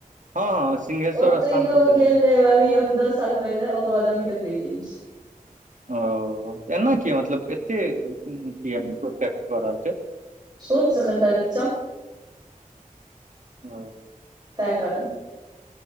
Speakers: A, on the right; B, on the right.
A: हँ हँ सिंहेश्वर
B: ओतैहो
A: स्थान सब तऽ जानै
B: गेल हेबै अभी हम दस साल पहिले ओकर बाद अभी तक नैय गेल छियै।
A: ओ एना किया मतलब एते किया प्रोटेक्ट कऽ रहल छैथ।
B: सोच सऽ कनिटा निच्चा।
A: ओ
B: तैं कारण